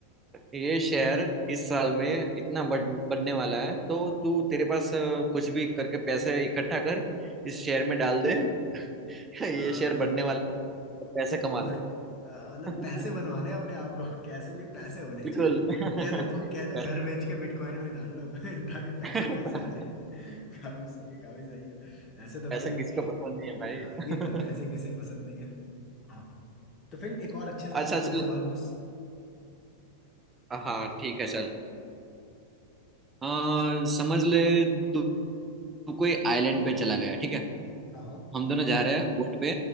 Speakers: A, on the right; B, on the left.
A: ये शेयर इस साल में इतना बढ़ बढ़ने वाला है तो तू तेरे पास अ, कुछ भी करके पैसे इकट्ठा कर इस शेयर में डाल दे <laughs>
B: आ,
A: ये
B: <laughs>
A: शेयर बढ़ने वाला है तो पैसे कमा
B: मत
A: ले
B: आ, मतलब
A: <laughs>
B: पैसे बनवाने हैं अपने आप को कैसे भी पैसे होने
A: बिल्कुल
B: चाहिए
A: <laughs>
B: कह दो पु- कह दो
A: पैसे
B: घर बेच के बिटकॉइन में डाल लो <laughs> ताकि
A: <laughs>
B: पैसे ही पैसे आ जाए <laughs> काफी सही है काफी सही है ऐसे तो
A: पैसे
B: भाई
A: किसको पसंद नहीं है
B: आ, ये तो
A: भाई
B: है, पैसे किसे पसंद नहीं है हाँ हाँ तो फिर एक और
A: <laughs>
B: अच्छे
A: अच्छा
B: से कोई
A: चल
B: सवाल पूछ
A: हाँ ठीक है चल अ, समझ ले तू तू कोई आइलैंड पे चला गया ठीक है
B: हाँ हाँ
A: हम दोनों जा रहे हैं बोट पे